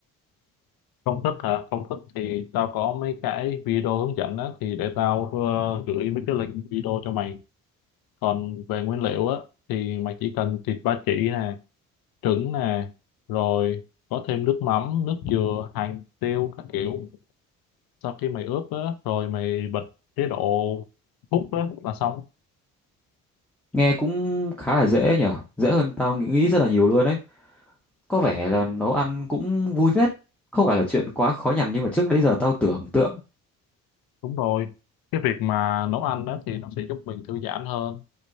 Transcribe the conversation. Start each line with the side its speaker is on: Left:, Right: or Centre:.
Left: công thức hả công thức thì tao có mấy cái video hướng dẫn á thì để tao ờ, gửi mấy cái link video cho mày còn về nguyên liệu á thì mày chỉ cần thịt ba chỉ nè trứng nè rồi có thêm nước mắm nước dừa hành tiêu các kiểu sau khi mày ướp á rồi mày bật chế độ hút á là xong
Centre: Nghe cũng khá là dễ nhở, dễ hơn tao nghĩ nghĩ rất là nhiều luôn đấy. Có vẻ là nấu ăn cũng vui phết, không phải là chuyện quá khó nhằn nhưng mà trước đấy giờ tao tưởng tượng.
Left: đúng rồi cái việc mà nấu ăn đó thì nó sẽ giúp mình thư giãn hơn